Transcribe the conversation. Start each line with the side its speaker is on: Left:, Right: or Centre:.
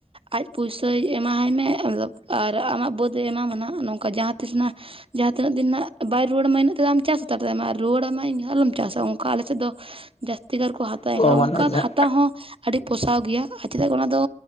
Right: ᱟᱡ ᱯᱩᱭᱥᱟᱹᱭ ᱮᱢᱟᱦᱟᱭ ᱢᱮ <unintelligible> ᱟᱨ ᱟᱢᱟᱜ ᱵᱟᱹᱫᱮ ᱮᱢᱟᱢᱟ ᱱᱚᱝᱠᱟ ᱡᱟᱦᱟᱸ ᱛᱤᱥ ᱱᱟᱜ ᱡᱟᱦᱟᱸ ᱛᱤᱱᱟᱹᱜ ᱫᱤᱱ ᱱᱟᱜ ᱵᱟᱭ ᱨᱩᱣᱟᱹᱲ ᱟᱢᱟ ᱤᱱᱟᱹᱜ ᱛᱮᱫ ᱪᱟᱥ ᱦᱟᱛᱟᱲ ᱛᱟᱭ ᱟᱢᱟ ᱟᱨ ᱨᱩᱣᱟᱹᱲ ᱟᱢᱟᱭ ᱤᱧ ᱟᱞᱚᱢ ᱪᱟᱥᱟ ᱚᱱᱠᱟ ᱟᱞᱮ ᱥᱮᱫ ᱫᱚ ᱡᱟᱹᱥᱛᱤ ᱠᱟᱨ ᱠᱚ ᱦᱟᱛᱟᱣ ᱮᱱᱠᱷᱟᱱ
Left: ᱚ ᱢᱟᱱᱮ
Right: ᱚᱱᱠᱟ
Left: ᱡᱟᱦᱟᱸ
Right: ᱦᱟᱛ ᱦᱚᱸ ᱟᱹᱰᱤ ᱯᱚᱥᱟᱣ ᱜᱮᱭᱟ ᱟᱨ ᱪᱮᱫᱟᱜ ᱚᱱᱟ ᱫᱚ